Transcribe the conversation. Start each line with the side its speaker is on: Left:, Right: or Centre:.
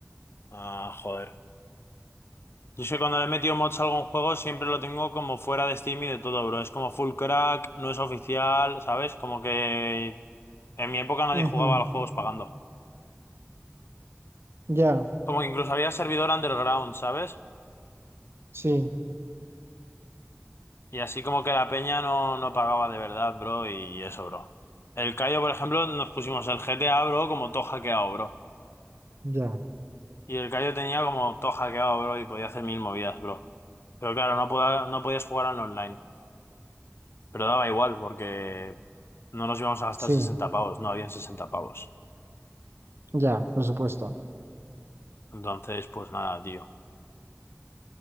Left: Ah, joder. Yo sé que cuando le he metido mods a algún juego siempre lo tengo como fuera de Steam y de todo, bro. Es como full crack, no es oficial, ¿sabes? Como que en mi época nadie
Right: Ujú,
Left: jugaba a los juegos pagando.
Right: Ya,
Left: Como que incluso había servidor underground, ¿sabes?
Right: sí,
Left: Y así como que la peña no, no pagaba de verdad, bro, y eso, bro. El Cayo, por ejemplo, nos pusimos el GTA, bro, como todo hackeado, bro.
Right: ya.
Left: Y el Cayo tenía como todo hackeado, bro, y podía hacer mil movidas, bro. Pero claro, no podía, no podías jugar al online. Pero daba igual porque no nos íbamos a gastar
Right: Sí,
Left: 60 pavos, no habían 60 pavos.
Right: ya, por supuesto.
Left: Entonces, pues nada, tío.